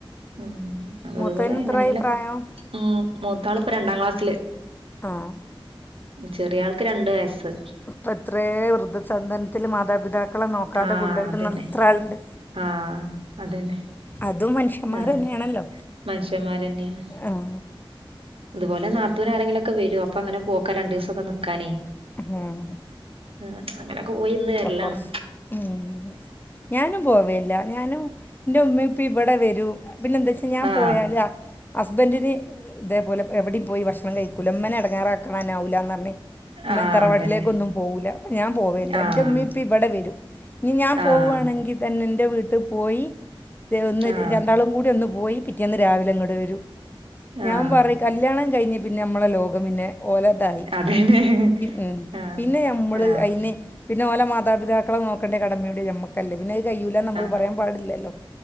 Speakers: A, on the right (about 80°); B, on the left (about 20°).
A: ഉം അപ്പൊ
B: മൂത്തോന്
A: അതുപോലെ
B: എത്രായി
A: എങ്ങനെങ്കിലും
B: പ്രായം
A: ഉം മൂത്താള് ഇപ്പ രണ്ടാം ക്ലാസ്സില്
B: ആഹ്
A: ചെറിയ ആൾക്ക് രണ്ട് വയസ്സ്
B: ഇപ്പ എത്രെ വൃദ്ധസധൻത്തില് മാതാപിതാക്കളെ നോക്കാതെ
A: ആഹ്
B: കൊണ്ടയി ഇടുന്ന
A: അതന്നെ
B: എത്ര ആള് ഇണ്ട്
A: ആഹ് അതന്നെ
B: അതും മനുഷ്യന്മാരന്നെണല്ലോ
A: ആഹ് മനുഷ്യന്മാരന്നെയാണ്
B: ആഹ്
A: ഇതുപോലെ നാത്തുനു ആരെങ്കിലു ഒക്കെ വെരു അപ്പൊ അങ്ങനെ പോക്കാ രണ്ടീസൊക്കെ നിക്കാനേ
B: <unintelligible>
A: ആ അങ്ങനക്കെ പോയിന്ന്
B: ഇപ്പൊ
A: വര്ലാണ്
B: കൊറച്ച് ഉം ഞാനും പോവെല്ല ഞാനും ഇൻ്റെ ഉമ്മീം ഉപ്പീ ഇവടെ വരും പിന്നെ എന്താച് ഞാൻ
A: ആഹ്
B: പോയാല് ഹസ്ബൻ്റിന് ഇതേപോലെ എവെടിം പോയി ഭക്ഷണം കയിക്കുല ഇമ്മനെ എടങ്ങാറാക്ക്ണന്നെ ആവൂല ന്നർഞ് ഉമ്മെ
A: ആഹ്
B: തറവാട്ടിലേക്കൊന്നും
A: അതന്നെ
B: പോവുല അപ്പം ഞാൻ പോവെല്ലാ
A: ആഹ്
B: ഇന്റെ ഉമ്മി ഉപ്പി ഇവടെ വരും ഇനി ഞാൻ
A: ആഹ്
B: പോവാണെങ്കി തന്നെ ഇൻ്റെ വീട്ട് പോയി ഒന്ന്
A: ആഹ്
B: രണ്ടാളും കൂടി ഒന്ന് പോയി പിറ്റേന്ന് രാവിലെ ഇങ്ങട് വരും
A: ആഹ്
B: ഞാൻ പറി കല്യാണം കയിഞ്ഞ് പിന്നെ അമ്മളെ ലോകം പിന്നെ ഓലെ തായി
A: അതന്നെ
B: ഉം
A: ആഹ്
B: പിന്നെ ഞമ്മള്
A: ആഹ്
B: അയ്ന് പിന്നെ ഓലേ മാതാപിതാക്കളെ നോക്കണ്ടേ കടമിം കൂടി ഞമ്മാ അല്ലേ പിന്നെ അത് കയ്യൂല ന്ന് നമ്മക്ക്
A: ആഹ്
B: പറയാൻ പാടില്ലല്ലോ